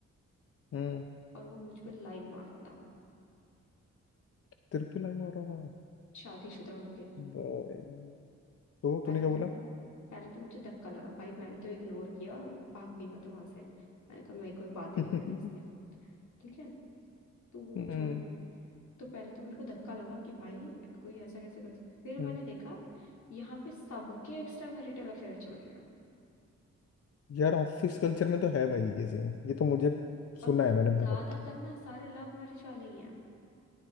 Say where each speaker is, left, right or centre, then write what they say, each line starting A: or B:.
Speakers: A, on the left (about 55°); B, on the left (about 75°).
A: हम्म
B: और वो मुझ पर लाइन मार रहा था
A: तिरपी लाइन हो रहा है
B: शादीशुदा होके
A: भाई। तो
B: पहले
A: तूने क्या
B: तो
A: बोला
B: ना पहले तो मुझे धक्का लगा भाई मैंने तो इग्नोर किया और भाग गई मैं तो वहां से मैंने कहा मेरी कोई बात ही
A: <laughs>
B: नहीं करनी इससे ठीक है तो वो
A: हम्म
B: छोड़ तो पहले तो मेरे को धक्का लगा कि भाई कोई ऐसा कैसे कर सकता है। फिर मैंने
A: हम्म।
B: देखा यहाँ पे सबके एक्स्ट्रा मैरिटल अफेयर चल रहे हैं
A: यार ऑफिस कल्चर में तो है भाई ये सीन ये तो मुझे
B: और
A: सुना
B: वो
A: है मैंने
B: ज्यादातर
A: बहुत
B: ना सारे लव मैरिज वाले ही हैं